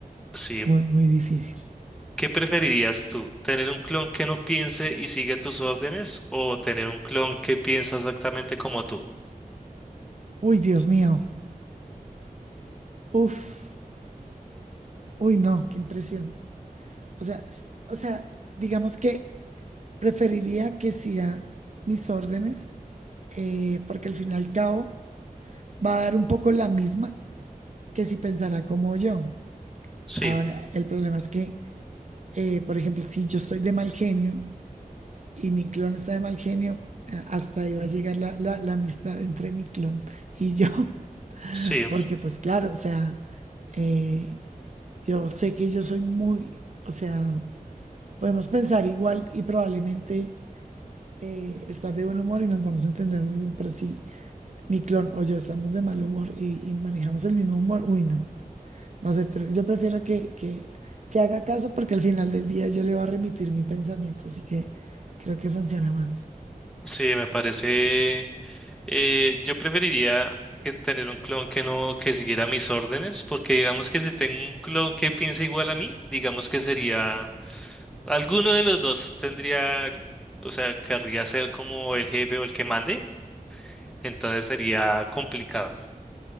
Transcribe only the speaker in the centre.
Sí.
¿Qué preferirías tú? ¿Tener un clon que no piense y sigue tus órdenes o tener un clon que piensa exactamente como tú?
Sí,
sí,
sí, me parece. eh, yo preferiría que tener un clon que no, que siguiera mis órdenes, porque digamos que si tengo un clon que piensa igual a mí, digamos que sería Alguno de los dos tendría, o sea, querría ser como el jefe o el que mande, entonces sería complicado.